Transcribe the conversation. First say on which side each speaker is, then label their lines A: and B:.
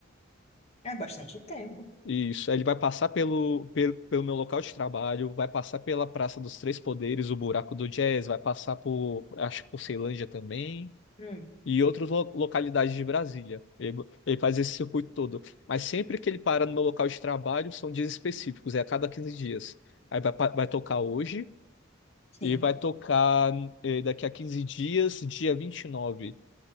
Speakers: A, on the left (about 30°); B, on the left (about 60°).
A: É bastante tempo.
B: Isso. Aí ele vai passar pelo, pelo, pelo meu local de trabalho, vai passar pela Praça dos Três Poderes, o Buraco do Jazz, vai passar por, acho que por Ceilândia também,
A: Hum,
B: e outras lo- localidades de Brasília. Ele, ele faz esse circuito todo. Mas sempre que ele para no meu local de trabalho, são dias específicos, é a cada 15 dias. Aí vai, pa- vai tocar hoje,
A: sim.
B: e vai tocar eh, daqui a 15 dias, dia vinte E nove